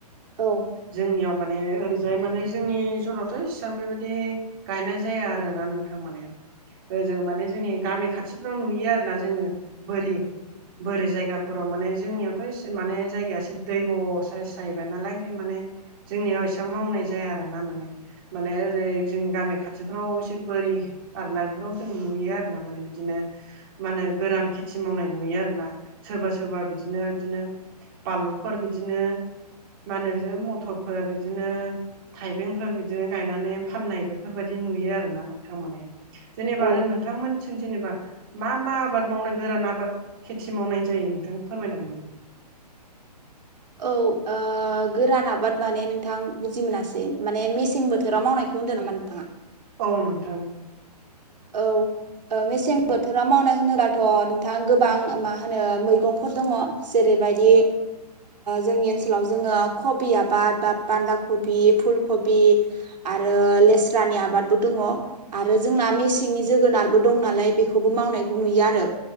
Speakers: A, on the right (about 80°); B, on the right (about 35°).
A: औ
B: जोंनियाव माने ओरैजाय माने जोंनि जरावथ' इसेबां बेबायदि गायनाय जाया आरोना नोंथां माने ओजों माने जोंनि गामि खाथिफ्राव नुयो आरोना जोङो बोरि बोरै जायगाफोराव माने जोंनियावथ' एसे माने जायगाया एसे दै ब' साइस जाहैबाय नालाय ओंखाय माने जोंनियाव एसेब मावनाय जाया आरो ना माने माने ओरै जोंनि गामि खाथिफ्राव एसे बोरि आरो ना बेफोराव जों नुयो आरो ना माने बिदिनो मा होनो गोरान खेथि मावनाय नुयो आरोना सोरबा सोरबा बिदिनो बिदिनो बानलुफोर बिदिनो मा होनो बिदिनो मथरफोर बिदिनो थाइबेंफोर बिदिनो गायनानै फाननाय बेफोरबायदि नुयो आरोना नोंथां माने। जेनेबा
A: औ
B: आरो नोंथांमोनसिम जेनेबा मा मा आबाद मावनाय गोरान आबाद खेथि मावनाय जायो नोंथां फोरमायनो हागोन नामा?
A: औ गोरान आबाद माने नोंथां बुजि मोनासै माने मेसें बोथोराव मावनायखौ बुङो दों नामा नोंथाङा?
B: औ नोंथां
A: औ ओ मेसें बोथोराव मावनाय होनोब्लााथ' नोंथाङा गोबां मा होनो मैगंफोर दङ। जेरैबायदि जोंनि ओनसोलाव जोङो कबि आबाद बा बान्दा कबि, फुल कबि, आरो लेस्रानि आबादबो दङ। आरो जोंना मेसेंनि जोगोनारबो दं नालाय बेखौबो मावनायखौ नुयो आरो